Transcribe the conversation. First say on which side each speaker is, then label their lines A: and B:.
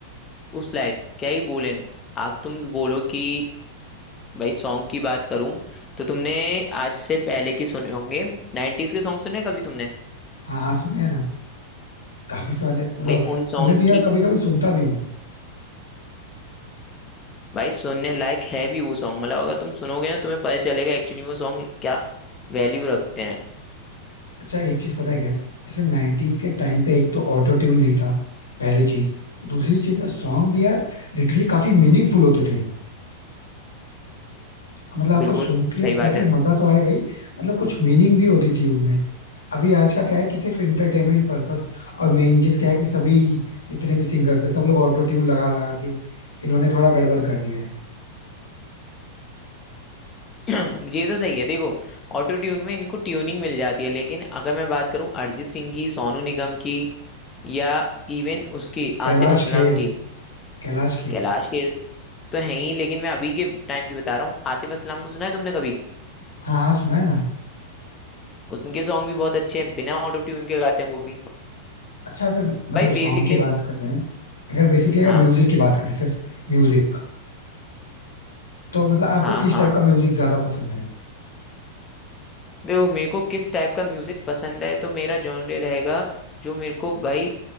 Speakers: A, on the left; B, on the left.
A: उस लायक क्या ही बोले आप तुम बोलो कि भाई सॉन्ग की बात करूं तो तुमने आज से पहले की सुने होंगे 90s के सॉन्ग सुने कभी तुमने
B: हाँ हाँ सुने हैं ना काफी सारे मतलब
A: भाई उन सॉन्ग
B: सुने भी हैं
A: की
B: और कभी कभी सुनता भी हूँ
A: भाई सुनने लायक है भी वो सॉन्ग मतलब अगर तुम सुनोगे ना तुम्हें पता चलेगा एक्चुअली वो सॉन्ग क्या वैल्यू रखते हैं
B: अच्छा एक चीज पता है क्या है? जैसे 90s के टाइम पे एक तो ऑटो ट्यून नहीं था पहली चीज दूसरी चीज ना सॉन्ग भी यार लिटरली काफी मीनिंगफुल होते थे मतलब आपको
A: बिल्कुल
B: सुन के
A: सही
B: एग्जैक्टली
A: बात है
B: exactly मजा तो आएगा ही मतलब कुछ मीनिंग भी होती थी उनमें अभी आज का क्या है कि सिर्फ एंटरटेनमेंट पर्पस और मेन चीज क्या है कि सभी जितने भी सिंगर्स हैं सब लोग ऑटो ट्यून लगा लगा के इन्होंने थोड़ा गड़बड़ कर दिया है
A: <clears throat> ये तो सही है देखो ऑटो ट्यून में इनको ट्यूनिंग मिल जाती है लेकिन अगर मैं बात करूं अरिजीत सिंह की सोनू निगम की या इवन उसकी
B: कैलाश
A: आतिफ असलाम
B: खेर
A: की
B: कैलाश खेर
A: कैलाश खेर तो है ही लेकिन मैं अभी के टाइम की बता रहा हूँ आतिफ असलाम को सुना है तुमने कभी
B: हाँ हाँ सुना है ना
A: उनके सॉन्ग भी बहुत अच्छे हैं बिना ऑटो ट्यून के गाते हैं वो भी
B: अच्छा अगर मतलब
A: भाई
B: सॉन्ग
A: बेसिकली
B: की बात कर रहे हैं अगर बेसिकली अगर
A: हाँ
B: म्यूजिक की बात करें सिर्फ म्यूजिक तो मतलब आपको
A: हाँ
B: किस
A: हाँ
B: टाइप का म्यूजिक ज्यादा पसंद है
A: देखो मेरे को किस टाइप का म्यूजिक पसंद है तो मेरा जॉनर रहेगा जो मेरे को भाई